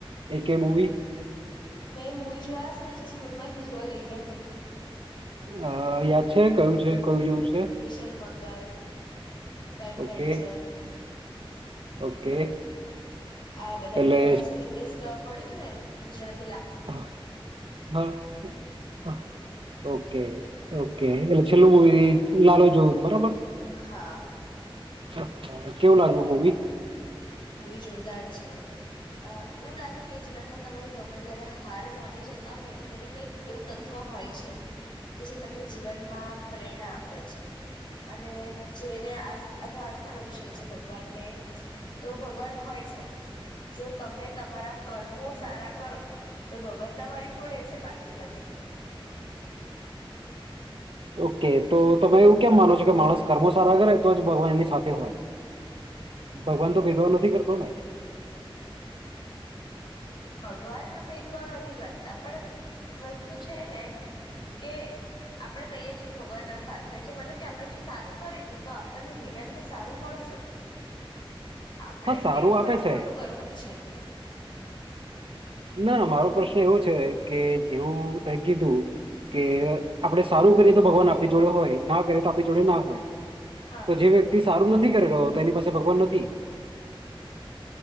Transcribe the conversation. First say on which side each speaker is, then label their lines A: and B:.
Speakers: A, on the right; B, on the left.
A: એકેય મૂવી?
B: મેં મૂવી જોયા છે ને જે સ્કૂલ માંથી જોવા લઈ ગયા હોય.
A: અહ યાદ છે કયું છે? કયું જોવું છે
B: mission Mangal back
A: okay
B: venture
A: okay.
B: આ બધા
A: એટલે
B: હમણાં જે લેટેસ્ટ પડ્યું તું ને ગુજરાત
A: હા, હા, હા,
B: એ
A: ઓકે-ઓકે. છેલ્લું મૂવી લાલો જોયું તું બરાબર?
B: હા.
A: હા, કેવું લાગ્યું મુવી?
B: મુવી જોરદાર છે. અહ એવું લાગે કે જીવનમાં તમારી ગમે ત્યારે હાર માન ની જતા હોયને ત્યારે કઈક એવું તત્વ હોય છે કે જે તમને જીવનમાં પ્રેરણા આપે છે, અને જેને આસ્થા આ તો આસ્થાનો વિષય છે ભગવાનને તો ભગવાન હોય છે, જો તમે તમારા કર્મો સારા કરો તો ભગવાન તમારી જોડે છે, બાકી નથી.
A: ઓકે. તો તમે એવું કેમ માનો છો કે માણસ કર્મો સારા કરે તો જ ભગવાન એની સાથે હોય. ભગવાન તો ભેદભાવ નથી કરતો ને.
B: ભગવાનના ભેદભાવ નથી કરતા પણ વસ્તુ છે ને કે આપણે કહીએ છી કે ભગવાનના સાથે હોય છે મતલબ કે આપણે જો સારું કરીશું તો આપણને રિટર્નમાં સારું મળશે. આપણે
A: હા સારું
B: કેમ કોઈનું
A: આપે છે
B: ખોટું કરવું જ છે.
A: ના મારો પ્રશ્ન એવો છે કે જેવું તે કીધું કે આપડે સારું કરીએ તો ભગવાન આપણી જોડે હોય, ના કરીએ તો આપણી જોડે ના હોય.
B: હા
A: તો જે વ્યક્તિ સારું નથી કર રહ્યો તો એની પાસે ભગવાન નથી.